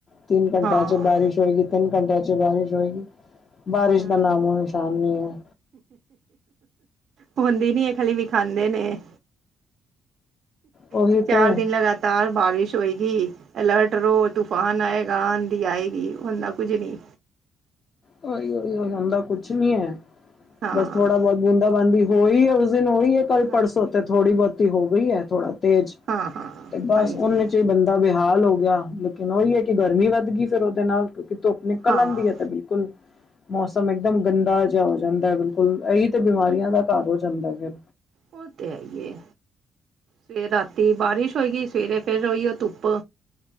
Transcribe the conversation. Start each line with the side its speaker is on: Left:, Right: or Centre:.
Left: ਤਿੰਨ ਘੰਟਿਆਂ
Right: ਹਾਂ
Left: 'ਚ ਬਾਰਿਸ਼ ਹੋਏਗੀ, ਤਿੰਨ ਘੰਟਿਆਂ 'ਚ ਬਾਰਿਸ਼ ਹੋਏਗੀ। ਬਾਰਿਸ਼
Right: ਹੂੰ
Left: ਦਾ ਨਾਮੋ ਨਿਸ਼ਾਨ ਨੀ ਐ।
Right: ਹੁੰਦੀ ਨੀ ਐ, ਖਾਲੀ ਵੀ ਖਾਂਦੇ ਨੇ।
Left: ਉਹੀ
Right: ਕਿ ਚਾਰ
Left: ਤੇ
Right: ਦਿਨ ਲਗਾਤਾਰ ਬਾਰਿਸ਼ ਹੋਏਗੀ। ਅਲਰਟ ਰਹੋ ਤੂਫਾਨ ਆਏਗਾ, ਆਂਧੀ ਆਏਗੀ ਓਨਾ ਕੁਝ ਨੀ।
Left: ਉਹੀ ਉਹੀ ਉ ਹੁੰਦਾ ਕੁਛ ਨੀ ਐ,
Right: ਹਾਂ
Left: ਬਸ ਥੋੜਾ ਬਹੁਤ ਬੂੰਦਾ ਬਾਂਦੀ ਹੋਈ ਈ, ਔਰ ਉਸ ਦਿਨ ਹੋਈ ਕੱਲ
Right: ਹਾਂ
Left: ਪਰਸੋ ਤੇ ਥੋੜੀ ਬਹੁਤੀ ਹੋ ਗਈ ਐ ਥੋੜਾ ਤੇਜ,
Right: ਹਾਂ ਹਾਂ
Left: ਤੇ ਬਸ
Right: ਹਾਂਜੀ
Left: ਉਹਨੇ 'ਚ ਹੀ ਬੰ ਬੇਹਾਲ ਹੋ ਗਿਆ, ਲੇਕਿਨ ਉਹੀ ਐ ਕਿ ਗਰਮੀ ਵਧ ਗਈ ਫਿਰ ਉਹਦੇ ਨਾਲ, ਕਿਉਂਕਿ ਧੁੱਪ ਨਿਕਲ
Right: ਹਾਂ
Left: ਆਉਂਦੀ ਐ ਤੇ ਬਿਲ ਬਿਲਕੁਲ ਮੌਸਮ ਇਕਦਮ ਗੰਦਾ ਜਿਹਾ ਹੋ ਜਾਂਦਾ ਐ, ਬਿਲਕੁਲ ਇਹੀ ਤੇ ਬਿਮਾਰੀਆਂ ਦਾ ਘਰ ਹੋ ਜਾਂਦਾ ਫਿਰ।
Right: ਉਹ ਤੇ ਹੈ ਹੀ ਐ। ਫਿਰ ਰਾਤੀ ਬਾਰਿਸ਼ ਹੋ ਗਈ, ਸਵੇਰੇ ਫਿਰ ਉਹੀਉ ਧੁੱਪ।